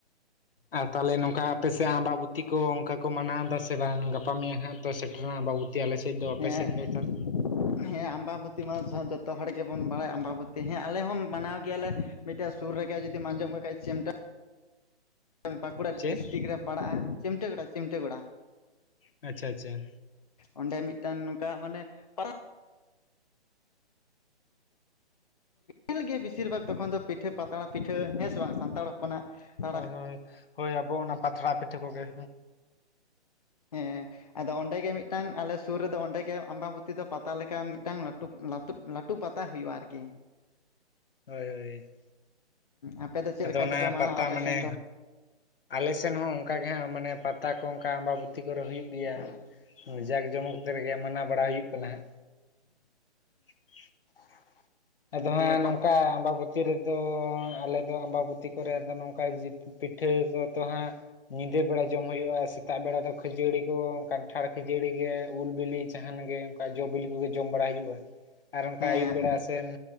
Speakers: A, on the left; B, on the left.
A: ᱟᱨ ᱛᱟᱦᱚᱞᱮ ᱱᱚᱝᱠᱟ। ᱟᱯᱮ ᱥᱮᱫ ᱟᱢᱵᱟᱵᱩᱛᱤ ᱠᱚ ᱚᱱᱠᱟ ᱠᱚ ᱢᱟᱱᱟᱣ ᱫᱟᱥᱮ। ᱥᱮ ᱵᱟᱝ ᱜᱟᱯᱟ ᱢᱮᱭᱟᱝ ᱦᱟᱸᱜ ᱛᱚ ᱥᱮᱴᱮᱨ ᱮᱱᱟ ᱟᱢᱵᱟᱵᱚᱛᱤ ᱟᱞᱮ ᱥᱮᱫ ᱫᱚ ᱟᱯᱮ
B: ᱦᱮᱸ
A: ᱥᱮᱱ ᱫᱚ ᱛᱟᱦᱚᱞᱮ?
B: ᱦᱮᱸ ᱟᱢᱵᱟᱵᱩᱚᱛᱤ ᱢᱟ ᱦᱚᱸ ᱡᱚᱛᱚ ᱦᱚᱲ ᱜᱮᱵᱚᱱ ᱵᱟᱲᱟᱭᱟ ᱟᱢᱵᱟᱵᱩᱛᱤ ᱦᱮᱸ ᱟᱞᱮ ᱦᱚᱸ ᱢᱟᱱᱟᱣ ᱜᱮᱭᱟᱞᱮ। ᱢᱤᱫᱴᱟᱝ ᱥᱩᱨ ᱨᱮᱜᱮ ᱡᱩᱫᱤ ᱟᱸᱡᱚᱢ ᱠᱷᱟᱱ ᱵᱟᱸᱠᱩᱲᱟ
A: ᱪᱮᱫ
B: ᱰᱤᱥᱴᱤᱠ ᱨᱮ ᱯᱟᱲᱟᱜᱼᱟ ᱪᱤᱢᱴᱟᱹ ᱜᱲᱟ ᱪᱤᱢᱴᱟᱹ ᱜᱚᱲᱟ।
A: ᱟᱪᱪᱷᱟ ᱟᱪᱪᱷᱟ।
B: ᱚᱸᱰᱮ ᱢᱤᱫᱴᱟᱝ ᱱᱚᱝᱠᱟ ᱢᱟᱱᱮ ᱯᱟᱨ ᱧᱮᱞ ᱜᱮ ᱵᱮᱥᱤᱨ ᱵᱷᱟᱜᱽ ᱛᱚᱠᱷᱚᱱ ᱫᱚ ᱯᱤᱴᱷ ᱯᱟᱛᱲᱟ ᱯᱤᱴᱷᱟᱹ ᱦᱮᱸ ᱥᱮ ᱵᱟᱝ ᱥᱟᱱᱛᱟᱲ ᱦᱚᱯᱚᱱᱟᱜ। ᱯᱟᱛᱲᱟ
A: ᱦᱳᱭ ᱦᱳᱭ ᱦᱳᱭ ᱟᱵᱚ ᱚᱱᱟ ᱯᱟᱛᱲᱟ ᱯᱤᱴᱷᱟᱹ ᱠᱚᱜᱮ।
B: ᱦᱮᱸ ᱾ ᱟᱫᱚ ᱚᱸᱰᱮ ᱜᱮ ᱢᱤᱫᱴᱟᱝ ᱟᱞᱮ ᱥᱩᱨ ᱨᱮᱫᱚ ᱚᱸᱰᱮ ᱜᱮ ᱟᱢᱵᱟᱵᱚᱛᱤ ᱫᱚ ᱯᱟᱛᱟ ᱞᱮᱠᱟ ᱢᱤᱫᱴᱟᱝ ᱞᱟᱹᱴᱩ ᱞᱟᱴᱩ ᱞᱟᱴᱩ ᱯᱟᱛᱟ ᱦᱩᱭᱩᱜᱼᱟ ᱟᱨᱠᱤ।
A: ᱦᱳᱭ ᱦᱳᱭ ᱾
B: ᱟᱯᱮ ᱫᱚ? ᱪᱮᱫ
A: ᱟᱫᱚ
B: ᱞᱮᱠᱟ
A: ᱚᱱᱟ
B: ᱪᱚᱯᱮ ᱢᱟᱱᱟᱣᱟ
A: ᱯᱟᱛᱟ
B: ᱟᱯᱮ
A: ᱢᱟᱱᱮ,
B: ᱥᱮᱱ ᱫᱚ
A: ᱟᱞᱮ ᱥᱮᱱ ᱦᱚᱸ ᱚᱱᱠᱟ ᱜᱮ ᱦᱟᱸᱜ ᱢᱟᱱᱮ ᱯᱟᱛᱟ ᱠᱚ ᱚᱱᱠᱟ ᱟᱢᱵᱟᱵᱛᱤ ᱠᱚᱨᱮ ᱦᱩᱭᱩᱜ ᱜᱮᱭᱟ। ᱡᱟᱠ ᱡᱚᱢᱚᱠ ᱠᱟᱛᱮ ᱨᱮᱜᱮ ᱢᱟᱱᱟᱣ ᱵᱟᱲᱟ ᱦᱩᱭᱩᱜ ᱠᱟᱱᱟ ᱦᱟᱸᱜ ᱾ ᱟᱫᱚ
B: ᱫᱤᱭᱮᱯᱚᱨ
A: ᱦᱟᱸᱜ ᱱᱚᱝᱠᱟ ᱟᱢᱵᱟᱵᱚᱛᱤ ᱵᱚᱛᱤ ᱨᱮᱫᱚ ᱟᱞᱮᱫᱚ ᱟᱢᱵᱟᱵᱚᱛᱤ ᱠᱚᱨᱮ ᱫᱚ ᱱᱚᱝᱠᱟ ᱡᱤᱵᱽ ᱯᱤᱴᱷᱟᱹ ᱠᱚᱫᱚᱚ ᱦᱟᱸᱜ ᱧᱤᱫᱟᱹ ᱵᱮᱲᱟ ᱡᱚᱢ ᱦᱩᱭᱩᱜᱼᱟ ᱥᱮᱛᱟᱜ ᱵᱮᱲᱟ ᱫᱚ ᱠᱷᱟᱹᱡᱟᱹᱲᱤ ᱠᱚ ᱠᱟᱱᱴᱷᱟᱲ ᱠᱷᱟᱹᱡᱟᱹᱲᱤ ᱜᱮ ᱩᱞ ᱵᱤᱞᱤ ᱡᱟᱦᱟᱱ ᱜᱮ, ᱡᱚ ᱵᱤᱞᱤ ᱠᱚᱜᱮ ᱡᱚᱢ ᱵᱟᱲᱟ ᱦᱩᱭᱩᱜᱼᱟ ᱟᱨ ᱚᱱᱠᱟ
B: ᱦᱮᱸ
A: ᱟᱭᱩᱵ ᱵᱮᱲᱟ ᱥᱮᱱᱭ